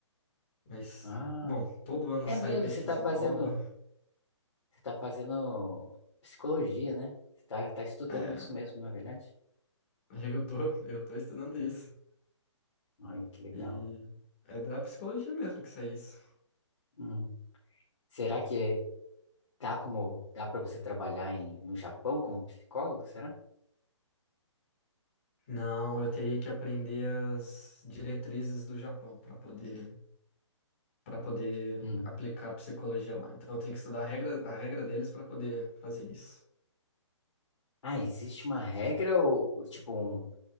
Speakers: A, on the left; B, on the left.
A: Mas,
B: Ah,
A: bom, todo ano
B: é
A: sai
B: mesmo,
A: pesquisa
B: você tá fazendo,
A: nova.
B: você tá fazendo psicologia, né? Você tá, tá estudando
A: É,
B: isso mesmo, na é verdade?
A: <laughs> eu tô, eu tô estudando isso.
B: Olha que legal.
A: E é da psicologia mesmo que sai isso.
B: Hum. Será que é- dá como, dá para você trabalhar em, no Japão como psicólogo, será?
A: Não, eu teria que aprender as diretrizes do Japão para poder, para poder
B: Hum.
A: aplicar a psicologia lá. Então eu tenho que estudar a regra, a regra deles para poder fazer isso.
B: Ah, existe uma regra ou tipo um